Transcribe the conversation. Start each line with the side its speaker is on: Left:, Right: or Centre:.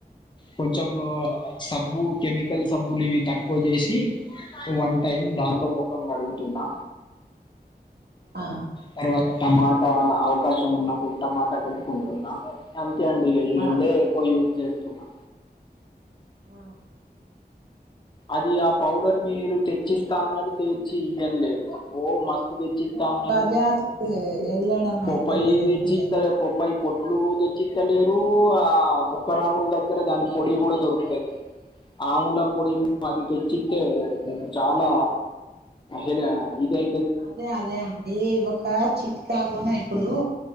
Left: కొంచెం సబ్బు కెమికల్ సబ్బులు ఇవి తక్కువ చేసి వన్ టైమ్ దాంతో ముఖం గడుగుతున్నా
Right: ఆ
Left: తర్వాత టమాటా అవకాశం ఉన్నప్పుడు టమాటా పెట్టుకుంటున్నా టన్ అంతే అండి ఇ ఈ రెండే
Right: ఆ
Left: ఎక్కువ యూజ్ చేస్తున్నా
Right: ఆ
Left: అది ఆ పౌడర్ మీరు తెచ్చిస్తా అన్నట్ తెచ్చి ఇవ్వం లేదు ఓ మస్ తెచ్చిత్త
Right: ఇగో
Left: అన్నారు
Right: బజార్కి వెళ్ళడం
Left: పప్పయి
Right: అయితలేదండి
Left: తెచ్చిత్త పప్పయి పొట్ ఇట్లు తెచ్చిత్తలేరు ఆ ముక్క రాముల దగ్గర దాని పొడి కూడా దొరుకుతది. ఆవుల పొడి అది తెచ్చితే చాలా ఇడ ఇదై
Right: అదే అదే అండి ఒక చిట్ కాండా ఇప్పుడు